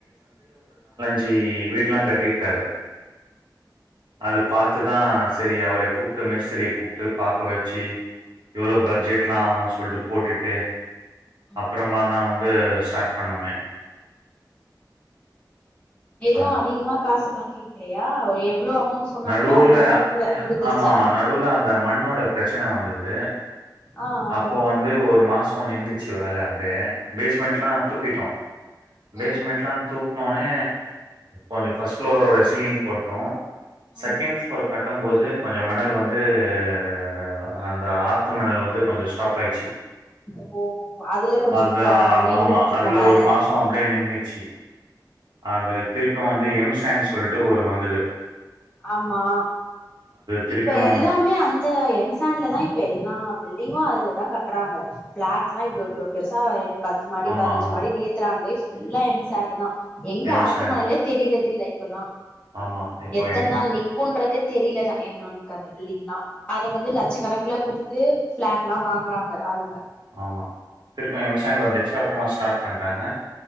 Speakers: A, on the right (about 75°); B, on the left (about 15°).
A: சி வீட்லா கட்டிருக்காரு அத பாத் துட்தா செரி அவரெ கூப்ட்டு மேஸ்த்ரிய கூப்ட்டு பாக்க வெச்சி எவ்ளோ பட்ஜெட்லா ஆவு சொல்ட்டு போட்டுட்டு
B: ம்
A: அப்றமா தா வந் து ஸ்டாட் பண்ணோமே
B: எதுவு
A: ஆ
B: அதிகமா காசுல்லா கேக்லையா எவ்ளோ அமௌண்ட் சொன்னாங்ளோ
A: நடுவுல
B: அந்த அமௌண்ட்க்குள்ள முடிஞ்சிருச்சா
A: ஆமா ஆமா நடுவுல அந்த மண்ணோட பிரச்சன வந்தது
B: அ அ
A: அப்போ வந்து ஒரு மாசொ நிந்துச்சு வேல அப்டே பேஸ்மெண்ட்லா தூக்கிட்டோ பேஸ்மெண்ட்லா
B: ம்
A: தூக் னொனே கொஞ்சொ ஃபஸ் ஃப்ளோரோட சீலிங் போட்டோ செகண்ட்
B: ம்
A: ஃப்ளோர கட்டம் போது கொஞ்சம் மணல் வந்து ஆ ஆ அந்த ஆத்து மணலு வந்து கொஞ்சொ ஸ்டாப் பாய்ச்சி
B: ஓ அதுல கொஞ்சோ
A: அது
B: ப்ரா
A: ஆ
B: நின்னுட்டு
A: ஆமா
B: இருக்கு
A: அதுல
B: வேல
A: ஒரு மாசொ அப்டியே நின்னுச்சி அத திருப்பியு வந்து எம் சாண்ட் சொல்ட்டு ஒரு வந்துது
B: ஆமா
A: திருப்பியும்
B: இப்ப எல்லாமே அந்த எம்சான்ட்லதா இப்ப எல்லா பில் டிங்கு அதுலதா கட்றாங்க ப்ளாட்னா இவ்ளோ இவ்ளோ பெருசா எட் பத்து மாடி
A: ஆமா,
B: பதினஞ்சி
A: ஆமா.
B: மாடினு ஏத்துறாங்களே ஃபுல்லா எம்சாண்டு தா எங்க
A: எம்
B: ஆத்து
A: சாண்ட்
B: மணலே தெரிய்றதில்ல பொல்லா
A: ஆமா. இப்போ
B: எத்தன்
A: எம்
B: நாள் நிக்குன்றதே தெரியிலன நமக் அந்த பில்டிங்லா அத வந்து லட்ச கணக்குல குடுத்து ப்ளாட்லா வாங்குறாங்க ஆளுங்க
A: ஆமா திருப்பே எம் ஸாண்ட் வந்துச்சி அப்பறமா ஸ்டாட் பண்ட்டாங்க